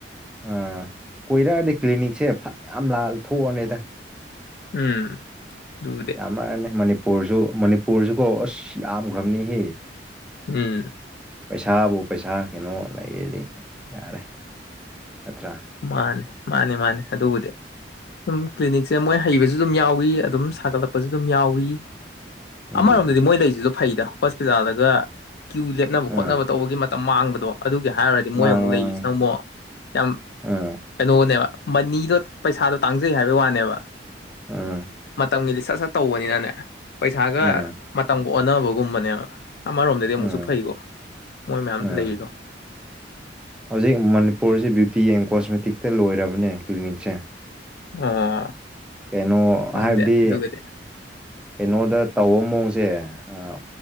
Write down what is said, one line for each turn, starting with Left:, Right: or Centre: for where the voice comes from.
Centre: ꯎꯪ ꯀꯣꯏꯔꯛꯑꯗꯤ ꯀ꯭ꯂꯤꯅꯤꯛꯁꯦ ꯐꯅꯌꯥꯝ ꯂꯥꯜ ꯊꯣꯛꯑꯅꯤꯗ
Left: ꯎꯝ ꯗꯨꯕꯨ
Centre: ꯀꯃꯥꯏ ꯍꯥꯏꯅꯤ ꯃꯅꯤꯄꯨꯔꯁꯨ ꯃꯅꯤꯄꯨꯔꯁꯨꯀꯣ ꯑꯁ ꯌꯥꯝꯒ꯭ꯔꯝꯅꯤꯍꯦ
Left: ꯎꯝ
Centre: ꯄꯩꯁꯥꯕꯨ ꯄꯩꯁꯥ ꯀꯩꯅꯣ ꯂꯩꯔꯗꯤ ꯌꯥꯔꯦ ꯅꯠꯇ꯭ꯔꯥ
Left: ꯃꯥꯅꯤ ꯃꯥꯅꯤ ꯃꯥꯅꯤ ꯑꯗꯨꯕꯨꯗꯤ ꯁꯨꯝ ꯀ꯭ꯂꯤꯅꯤꯛꯁꯦ ꯃꯣꯏ ꯍꯩꯕꯁꯨ ꯑꯗꯨꯝ ꯌꯥꯎꯏ ꯑꯗꯨꯝ ꯁꯥꯒꯠꯂꯛꯄꯁꯨ ꯑꯗꯨꯝ ꯌꯥꯎꯏ
Centre: ꯎꯝ
Left: ꯑꯃꯔꯣꯝꯗꯗꯤ ꯃꯣꯏ ꯂꯩꯁꯤꯁꯨ ꯐꯩꯗ ꯍꯣꯁꯄꯤꯇꯥꯜꯗꯒ ꯀ꯭ꯌꯨ ꯂꯦꯞꯅꯕ
Centre: ꯎꯝ
Left: ꯈꯣꯠꯅꯕ ꯇꯧꯕꯒꯤ ꯃꯠ ꯇ ꯃꯥꯡꯕꯗꯣ ꯑꯗꯨꯒꯤ ꯍꯥꯏꯔꯨꯔꯗꯤ ꯃꯣꯏ
Centre: ꯃꯥꯡꯉꯦ
Left: ꯑꯃꯨꯛ ꯂꯩꯕꯁꯤꯅ
Centre: ꯃꯥꯡꯉꯦ
Left: ꯑꯃꯨꯛ ꯌꯥꯝ
Centre: ꯎꯝ
Left: ꯀꯩꯅꯣꯅꯦꯕ ꯃꯅꯤꯗꯣ ꯄꯩꯁꯥꯗꯣ ꯇꯥꯡꯖꯩ ꯍꯥꯏꯕꯩ ꯋꯥꯅꯦꯕ
Centre: ꯎꯝ
Left: ꯃꯇꯝꯒꯤꯗꯤ ꯁꯠ ꯁꯠ ꯇꯧꯕꯅꯤꯅꯅꯦ ꯄꯩꯁꯥꯒ
Centre: ꯎꯝ
Left: ꯃꯇꯝꯒ ꯑꯣꯟꯅꯕꯒꯨꯝꯕꯅꯦꯕ ꯑꯃꯔꯣꯝꯗꯗꯤ ꯑꯃꯨꯛꯁꯨ
Centre: ꯎꯝ
Left: ꯐꯩꯀꯣ ꯃꯣꯏ ꯃꯌꯥꯝ
Centre: ꯎꯝ
Left: ꯂꯩꯔꯤꯗꯣ
Centre: ꯍꯧꯖꯤꯛ ꯃꯅꯤꯄꯨꯔꯁꯦ ꯕ꯭ꯌꯨꯇꯤ ꯑꯦꯟ ꯀꯣꯁꯃꯦꯇꯤꯛꯇ ꯂꯣꯏꯔꯕꯅꯦ ꯀ꯭ꯂꯤꯅꯤꯛꯁꯦ
Left: ꯑꯣ
Centre: ꯀꯩꯅꯣ
Left: ꯈꯪꯗꯦ
Centre: ꯍꯥꯏꯕꯗꯤ
Left: ꯑꯗꯨꯒꯗꯤ
Centre: ꯀꯩꯅꯣꯗ ꯇꯧꯕ ꯃꯑꯣꯡꯁꯦ ꯑꯥ